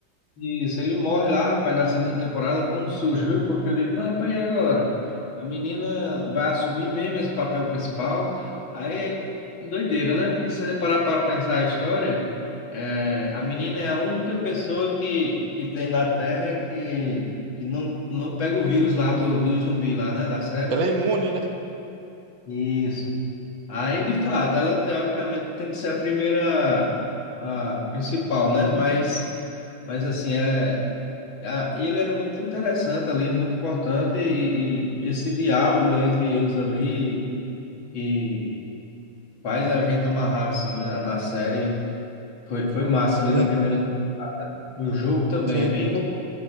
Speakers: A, on the left; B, on the right.
A: isso, ele morre lá, rapaz, na segunda temporada foi um susto, viu? Porque eu digo, mas rapaz, e agora? A menina vai assumir mesmo esse papel principal. Aí, doideira, né? Porque se você parar para pensar a história, é, a menina é a única pessoa que, que tem na Terra que, que não, não pega o vírus lá do, do zumbi lá, né? Da série.
B: Ela é imune, né?
A: Isso. Aí, de fato, ela teoricamente tem que ser a primeira, a principal, né? Mas, mas assim, é, a, ele era muito interessante ali, muito importante, e, e esse diálogo entre eles ali, que faz a gente amarrar assim, na, na série, foi, foi massa ali
B: Sim,
A: na primeira temporada. O jogo também
B: sim.
A: é bem, envol-